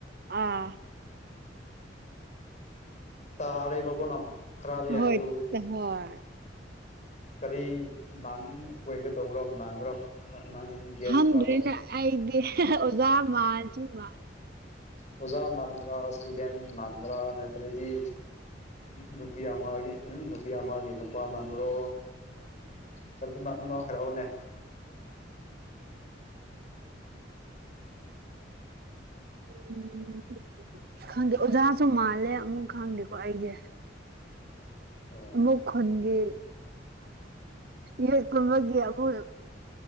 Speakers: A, on the right (about 55°); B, on the left (about 40°).
A: ꯑꯥ
B: ꯇꯥꯔꯦꯕꯀꯣ ꯅ ꯈꯔꯗꯤ
A: ꯍꯣꯏ
B: ꯑꯗꯨ
A: ꯍꯣꯏ
B: ꯀꯔꯤ ꯃ ꯑꯣꯏꯒ ꯇꯧꯕ꯭ꯔꯣ ꯃꯥꯟꯕ꯭ꯔꯣ ꯅꯪ ꯒ꯭ꯌꯥꯁ
A: ꯍꯪ꯭ꯔꯦ
B: ꯈꯔ ꯇꯧ
A: ꯑꯩꯗꯤ ꯑꯣꯖꯥ ꯃꯥꯖꯨ ꯃꯥ
B: ꯑꯣꯖꯥ ꯃꯥꯟꯃꯔ ꯁꯇꯨꯗꯦꯟ ꯃꯥꯟꯃꯔꯥ ꯅ ꯑꯗꯩꯗꯤ ꯅꯨꯄꯤ ꯑꯃꯒꯤ ꯅꯨꯄꯤ ꯑꯃꯒꯤ ꯅꯨꯄꯥ ꯃꯥꯟꯕꯣ ꯆꯂ ꯏꯃꯃꯤꯅꯣ ꯍꯥꯏꯔꯛꯑꯣꯅꯦ
A: ꯎꯝ ꯈꯨ ꯈꯪꯗꯦ ꯑꯣꯖꯥꯁꯨ ꯃꯥꯜꯂꯦ ꯑꯃꯨꯛ ꯈꯪꯗꯦꯀꯣ ꯑꯩꯁꯦ
B: ꯑꯣ
A: ꯑꯃꯨꯛ ꯈꯒ ꯌꯨ ꯀꯨꯝꯕꯒꯤ ꯑꯃꯨꯛ